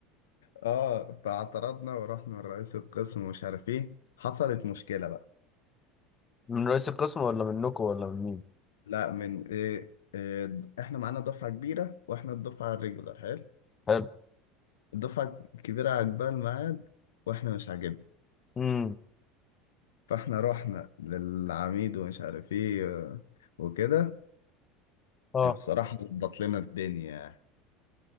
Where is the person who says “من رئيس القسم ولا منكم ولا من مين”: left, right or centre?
Left